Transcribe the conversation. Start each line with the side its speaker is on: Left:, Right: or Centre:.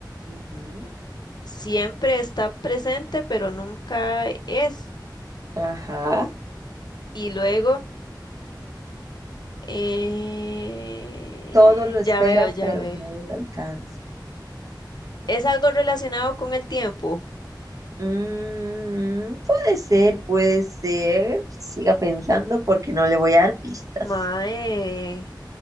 Right: Ujú,
Left: Siempre está presente, pero nunca es.
Right: Ajá.
Left: Y luego, eh,
Right: Todos lo esperan,
Left: ya veo, ya
Right: pero
Left: veo.
Right: nadie lo alcanza.
Left: ¿Es algo relacionado con el tiempo?
Right: Mm, puede ser, puede ser. Siga pensando porque no le voy a dar pistas.
Left: Mae.